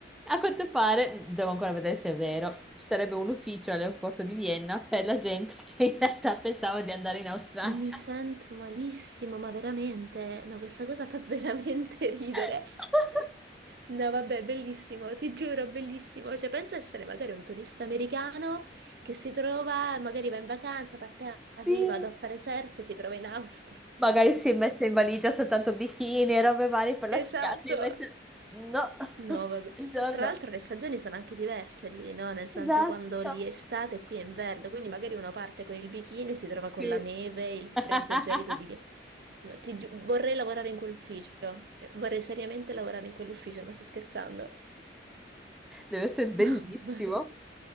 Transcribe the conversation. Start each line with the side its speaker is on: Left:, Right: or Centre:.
Centre: a quanto pare, devo ancora vedere se è vero, ci sarebbe un ufficio all'aeroporto di Vienna per la gente <laughs> che in realtà pensava di andare in Australia.
Right: Mi sento malissimo, ma veramente, no, questa cosa fa <laughs> veramente ridere.
Centre: <laughs>
Right: No, vabbè, bellissimo, ti giuro, bellissimo. Cioè, pensa essere magari un turista americano che si trova, magari va in vacanza, parte a, ah, sì,
Centre: Sì.
Right: vado a fare surf, e si trova in Austria. <laughs>
Centre: Magari si è messa in valigia soltanto bikini e robe varie per la
Right: Esatto,
Centre: spiaggia, invece no,
Right: No,
Centre: <laughs>
Right: vabbè.
Centre: buongiorno.
Right: Tra l'altro le stagioni sono anche diverse lì, no? Nel senso
Centre: Esatto.
Right: quando lì è estate e qui è inverno, quindi magari uno parte con il bikini e si trova con
Centre: Sì.
Right: la neve, il
Centre: <laughs>
Right: freddo gelido di... Vienna. No, ti giu- Vorrei lavorare in quell'ufficio, Eh, vorrei seriamente lavorare in quell'ufficio, non sto scherzando.
Centre: Deve essere bellissimo.
Right: <laughs> Mamma mia,